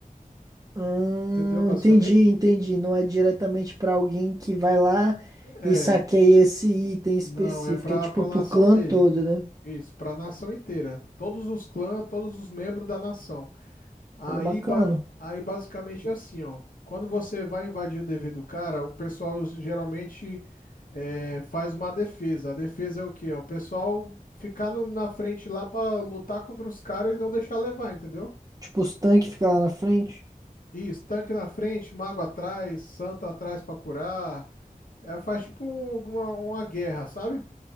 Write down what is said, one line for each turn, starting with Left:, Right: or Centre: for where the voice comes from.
Right: Hum,
Left: Entendeu, basicamente?
Right: entendi, entendi. Não é diretamente pra alguém que vai lá
Left: É,
Right: e saqueia esse item específico.
Left: não, é para
Right: É tipo
Left: para
Right: pro
Left: nação
Right: clã
Left: dele.
Right: todo, né?
Left: Isso, para nação inteira. Todos os clãs, todos os membros da nação. Aí,
Right: Pô, bacana.
Left: ba- aí basicamente é assim, ó. Quando você vai invadir o dever do cara, o pessoal geralmente é, faz uma defesa. A defesa é o quê? É O pessoal ficar no- na frente lá para lutar contra os caras e não deixar levar, entendeu?
Right: Tipo, os tanques ficam lá na frente.
Left: Isso, tanque na frente, mago atrás, santo atrás pra curar. É, faz tipo um- uma, uma guerra, sabe?